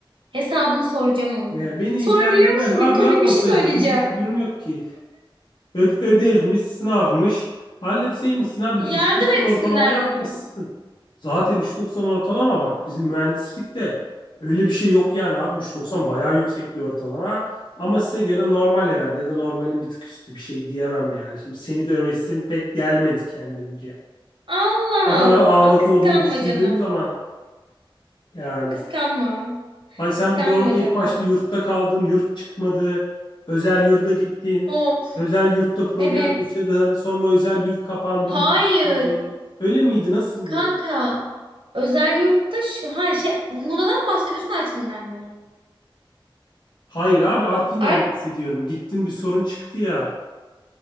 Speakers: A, on the right; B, on the left.
A: Hesabını soracağım ama.
B: Ne, beni
A: Sonra
B: ilgilendirmez
A: biliyor musun
B: abi
A: bir komik
B: yapmasaydım
A: bir şey söyleyeceğim.
B: bizlik bir durum yok ki. Öd- ödevmiş, sınavmış. Halletseymişsin abi
A: Yardım
B: bir de 3.90 ortalama
A: etsinler
B: yapmışsın.
A: dedim.
B: Zaten 3.90 ortalama bak bizim mühendislikte öyle bir şey yok yani abi 3.90 bayağı yüksek bir ortalama. Ama size göre normal herhalde ya da normalin bir tık üstü bir şey diyemem yani. Şimdi seni de övesim pek gelmedi kendimce.
A: Allah
B: O kadar
A: Allah.
B: ağlak
A: Aa, kıskanma
B: olduğunu düşündüğüm
A: canım.
B: zaman yani.
A: Kıskanma.
B: Ay sen
A: Kıskanma
B: bir de orada ilk
A: canım.
B: başta yurtta kaldın, yurt çıkmadı, özel yurda gittin,
A: Of.
B: özel yurtta problem
A: Evet.
B: yaşadın, sonra özel yurt kapandı
A: Hayır.
B: gibi bir şey oldu. Öyle miydi, nasıldı?
A: Kanka özel yurtta şu ha şey Muğla'dan mı bahsediyorsun Artvin'den mi?
B: Hayır abi Artvin'den
A: Art
B: bahsediyorum. Gittin bir sorun çıktı ya.